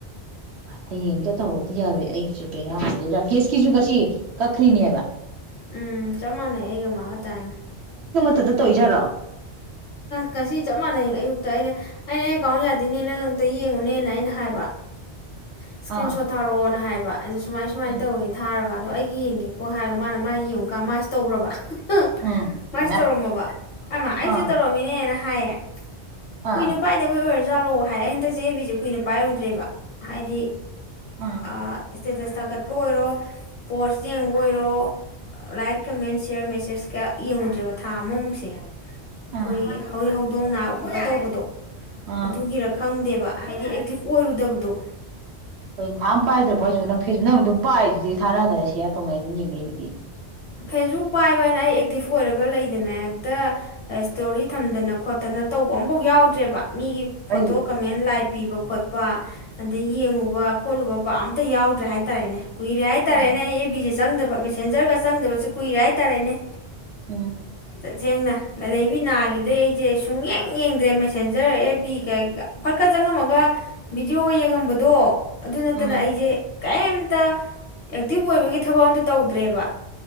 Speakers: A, on the right (about 70°); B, on the left (about 60°).
A: ꯑꯁꯁ ꯍꯌꯦꯡ ꯑꯃꯇ ꯇꯧꯔꯛꯇ ꯌꯥꯔꯣꯏ ꯑꯩꯒꯤꯖꯦ ꯕꯦꯔꯥꯖꯦ ꯔꯥꯀꯦꯁꯀꯤꯖꯨ ꯉꯁꯤ ꯀꯛꯈ꯭ꯔꯤꯅꯦꯕ꯫
B: ꯎꯝ ꯆꯞ ꯃꯥꯟꯅꯩ ꯑꯩꯒ ꯃꯥꯒ ꯇꯥꯏꯝ
A: <unintelligible> ꯇꯣꯏꯖꯔꯣ
B: ꯉꯁꯤ ꯆꯞ ꯃꯥꯟꯅꯩ ꯑꯌꯨꯛꯇ ꯑꯩꯅ ꯑꯩꯅ ꯑꯦꯀꯥꯎꯟ ꯌꯥꯗꯦꯅꯦ ꯅꯪꯑꯝꯇ ꯌꯦꯡꯉꯨꯅꯦꯅ ꯑꯩꯅ ꯍꯥꯏꯕ꯫ ꯏꯁꯀ꯭ꯔꯤꯟ
A: ꯑꯥ
B: ꯁꯣꯠ ꯊꯥꯔꯛꯑꯣꯅ ꯍꯥꯏ ꯑꯗꯨ ꯁꯨꯃꯥꯏ ꯁꯨꯃꯥꯏꯅ
A: ꯎꯝ
B: ꯇꯧꯋꯦ ꯊꯥꯔ ꯑꯗꯣ ꯑꯩꯒꯤ ꯌꯦꯡꯒꯦꯀꯣ ꯍꯥꯏꯔꯒ ꯃꯥꯅ ꯃꯥ ꯌꯦꯡꯉꯨꯀꯥꯟ ꯃꯥꯏꯁꯨ ꯇꯧꯒ꯭ꯔꯕ ꯍꯨꯡ
A: ꯎꯝ
B: ꯃꯥꯏꯖꯨ
A: ꯍꯩꯃꯥ
B: ꯇꯧꯔꯝꯃꯕ ꯑꯃ ꯑꯩꯖꯨ
A: ꯑꯥ
B: ꯇꯧꯔꯝꯃꯤꯅꯦ꯫ ꯍꯦꯅ ꯍꯥꯏꯌꯦ ꯀꯣꯏꯅ
A: ꯑꯥ
B: ꯄꯥꯏꯗꯕꯩ ꯑꯣꯏ ꯖꯥꯜꯂꯣ ꯍꯥꯏ ꯑꯩ ꯍꯟꯗꯛꯖꯦ ꯑꯦꯕ ꯕꯤꯖꯦ ꯀꯨꯏꯅ ꯄꯥꯏꯔꯨꯗ꯭ꯔꯦꯕ ꯍꯥꯏꯗꯤ
A: ꯑꯥ
B: ꯑ꯫ ꯏꯁꯇꯦꯇꯁ ꯊꯥꯒꯠꯄ ꯑꯣꯏꯔꯣ ꯄꯣꯁ ꯌꯦꯡꯕ ꯑꯣꯏꯔꯣ ꯂꯥꯏꯛ ꯀꯃꯦꯟ ꯁꯤꯌꯔ ꯃꯦꯁꯦꯁ ꯀꯌꯥ ꯌꯦꯡꯉꯨꯗ꯭ꯔꯦꯕ ꯊꯥ ꯑꯃꯃꯨꯛꯁꯦ ꯑꯩꯈꯣꯏ
A: ꯑꯥ
B: ꯍꯨꯏ ꯍꯧꯗꯣꯡ ꯅꯥꯕ ꯈꯣꯠꯄ ꯊꯝꯃꯣ ꯌꯥꯔꯦ ꯇꯧꯕꯗꯣ꯫
A: ꯑꯥ
B: ꯑꯗꯨꯒꯤꯔ ꯈꯪꯗꯦꯕ꯫ ꯍꯥꯏꯗꯤ ꯑꯦꯛꯇꯤꯞ ꯑꯣꯏꯔꯨꯗꯕꯗꯣ꯫
A: <unintelligible> ꯊꯥ ꯑꯝ ꯄꯥꯏꯗ꯭ꯔꯕꯣ ꯍꯥꯏꯖꯤꯕꯣ ꯅꯪ ꯐꯦꯖ ꯅꯪ ꯑꯗꯨꯝ ꯄꯥꯏꯗꯨꯗꯤ ꯊꯥꯅꯗꯅ ꯁꯤꯌꯥꯔ ꯇꯧꯅꯩ ꯑꯗꯨꯝ ꯌꯦꯡꯅꯩ ꯑꯗꯨꯗꯤ꯫
B: ꯐꯦꯁꯕꯨꯛ ꯄꯥꯏꯕꯅ ꯑꯩ ꯑꯦꯛꯇꯤꯕ ꯑꯣꯏꯔꯒ ꯂꯩꯗꯦꯅ꯫ ꯇ ꯑꯁꯇꯣꯔꯤ ꯊꯝꯗꯅ ꯈꯣꯠꯇꯅ ꯇꯧꯕ ꯑꯃꯕꯥꯎ ꯌꯥꯎꯗ꯭ꯔꯦꯕ꯫ ꯃꯤꯒꯤ ꯐꯣꯇꯣ
A: ꯑꯩꯁꯨ
B: ꯀꯃꯦꯟ ꯂꯥꯏꯛ ꯄꯤꯕ ꯈꯣꯠꯄ ꯑꯗꯩ ꯌꯦꯡꯉꯨꯕ ꯈꯣꯠꯂꯨꯕ ꯄꯥꯛ ꯑꯝꯇ ꯌꯥꯎꯗ꯭ꯔꯦ ꯍꯥꯏꯇꯥꯔꯦꯅꯦ꯫ ꯀꯨꯏꯔꯦ ꯍꯥꯏꯇꯥꯔꯦꯅꯦ
A: ꯎꯝ
B: ꯑꯩ ꯑꯦꯕ ꯕꯤꯖꯦ ꯆꯪꯗꯕ ꯃꯦꯁꯦꯟꯖꯔꯒ ꯆꯪꯗꯕ ꯀꯨꯏꯔꯦ ꯍꯥꯏꯇꯥꯔꯦꯅꯦ
A: ꯎꯝ
B: ꯇꯁꯦꯡꯅ ꯂ ꯂꯩꯩꯕꯤ ꯅꯥꯈꯤꯕꯗꯒꯤ ꯑꯩꯁꯦ ꯁꯨꯡ ꯌꯦꯡ ꯌꯦꯡꯗ꯭ꯔꯦ ꯃꯦꯁꯦꯟꯖꯔ ꯑꯦ ꯄꯤ ꯀ ꯐꯠꯀ ꯆꯪꯉꯝꯃꯒ ꯚꯤꯗꯤꯑꯣꯒ ꯌꯦꯡꯉꯝꯕꯗꯣ ꯑꯗꯨ ꯅꯠꯇꯅ
A: ꯎꯝ
B: ꯑꯩꯁꯦ ꯀꯩꯝꯇ ꯑꯦꯛꯇꯤꯚ ꯑꯣꯏꯕꯒꯤ ꯊꯕꯛ ꯑꯝꯇ ꯇꯧꯗ꯭ꯔꯦꯕ